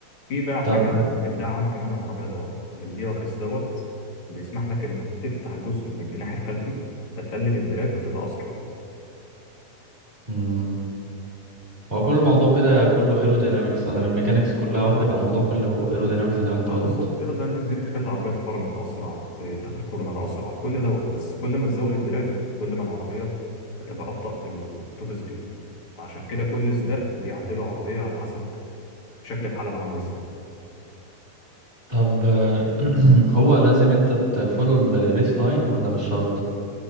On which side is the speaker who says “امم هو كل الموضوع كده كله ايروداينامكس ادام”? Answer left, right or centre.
Right